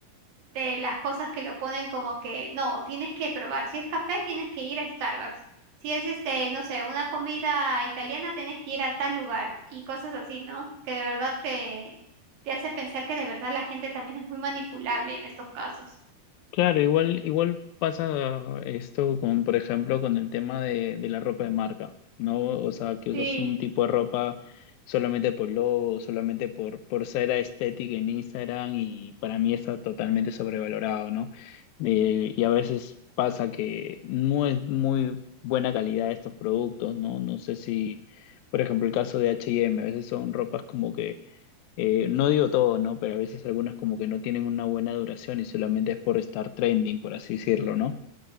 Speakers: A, on the right; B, on the left.
A: de las cosas que lo ponen como que no, tienes que probar. Si es café, tienes que ir a Starbucks. Si es este, no sé, una comida italiana, tienes que ir a tal lugar y cosas así, ¿no? Que de verdad te, te hace pensar que de verdad la gente también es muy manipulable en estos casos.
B: Claro, igual, igual pasa esto como por ejemplo con el tema de, de la ropa de marca, ¿no? O sea, que
A: Sí.
B: usas un tipo de ropa solamente por logo, solamente por, por ser estética en Instagram y para mí está totalmente sobrevalorado, ¿no? Eh, y a veces pasa que no es muy buena calidad estos productos, ¿no? No sé si, por ejemplo, el caso de H&M, a veces son ropas como que eh, no digo todo, ¿no? Pero a veces algunas como que no tienen una buena duración y solamente es por estar trending, por así decirlo, ¿no?